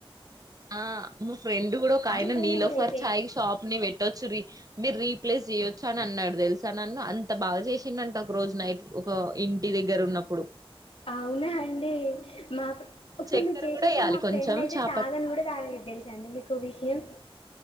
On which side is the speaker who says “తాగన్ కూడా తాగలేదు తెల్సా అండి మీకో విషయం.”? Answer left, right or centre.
Left